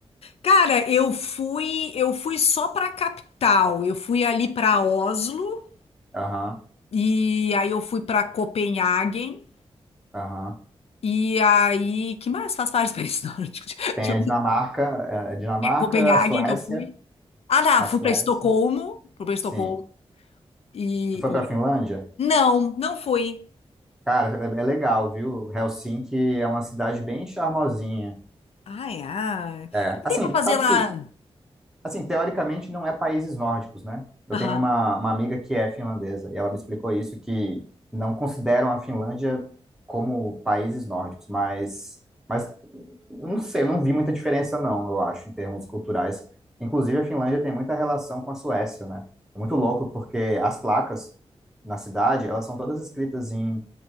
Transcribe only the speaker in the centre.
Aham,
aham.
Tem
a Dinamarca, é, a Dinamarca,
a Suécia.
A
Suécia,
sim.
Tu foi pra Finlândia?
Cara, é, é legal, viu? Helsinki é uma cidade bem charmosinha.
É,
assim,
sabe
que Assim, teoricamente não é países nórdicos, né? Eu
tenho uma, uma amiga que é finlandesa e ela me explicou isso, que não consideram a Finlândia como países nórdicos, mas, mas não sei, eu não vi muita diferença não, eu acho, em termos culturais. Inclusive, a Finlândia tem muita relação com a Suécia, né? É muito louco porque as placas na cidade, elas são todas escritas em